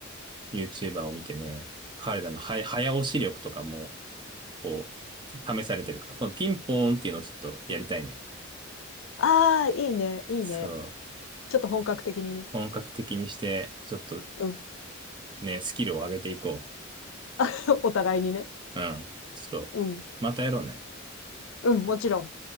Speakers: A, on the right; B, on the left.
A: YouTuber を見てね、彼らのは早押し力とかも、こう、試されてるから、このピンポーンっていうのをちょっとやりたいね。
B: ああ、いいね、いいね。
A: そう。
B: ちょっと本格的にね。
A: 本格的にして、ちょっと
B: うん。
A: ね、スキルを上げていこ
B: <laughs> お互いにね。
A: う。うん。ちょっと、
B: うん。
A: またやろうね。
B: うん、もちろん。